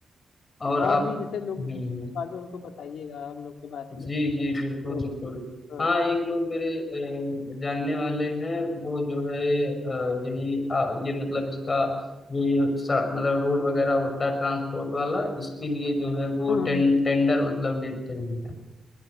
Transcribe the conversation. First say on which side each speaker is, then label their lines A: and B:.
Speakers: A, on the left; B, on the left.
A: और
B: और
A: आप
B: भी जैसे लोग
A: हम्म
B: आगे उनको बताइएगा हम लोग के बारे
A: जी
B: में
A: जी बिल्कुल
B: तो
A: बिल्कुल
B: हाँ
A: हाँ एक लोग मेरे अ, जानने वाले हैं वो जो है अ, यही आ, ये मतलब इसका जो ये सा- मतलब रोड वगैरह होता है ट्रांसपोर्ट वाला इसके लिए जो है वो
B: हम्म,
A: टें, टेंडर मतलब लेते हैं